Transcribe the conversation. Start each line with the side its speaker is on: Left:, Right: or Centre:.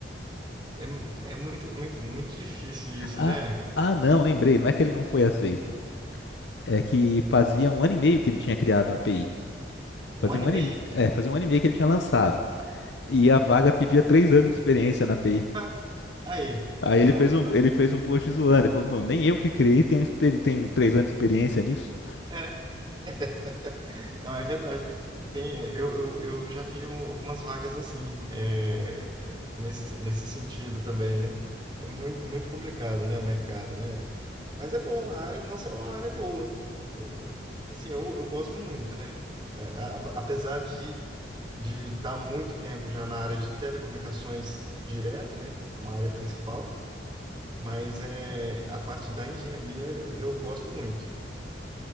Right: É, é muito, muito, muito difícil isso,
Left: Ah,
Right: né?
Left: ah, não, lembrei, não é que ele não foi aceito. É que fazia um ano e meio que ele tinha criado a API.
Right: Um
Left: Fazia
Right: ano
Left: um
Right: e
Left: ano
Right: meio?
Left: e, é, fazia um ano e meio que ele tinha lançado. E a vaga pedia três anos de experiência na API.
Right: Ah, aí.
Left: Aí
Right: Não,
Left: ele fez
Right: não-
Left: um, ele fez um post zoando. Ele falou, "Bom, nem eu que criei tenho, experi- tenho três anos de experiência nisso.
Right: é. <laughs> Não, é verdade. Tem, é, eu, eu, eu já vi um- algumas vagas assim, é, é, nesse, nesse sentido também, né? É muito, muito complicado, né, o mercado, né? Mas é bom, a área nossa é uma área boa. Eu, eu- assim, eu, eu gosto muito, né? A- a- apesar de de estar muito tempo já na área de telecomunicações direto, né, como a área principal, mas é a parte da engenharia eu, eu gosto muito.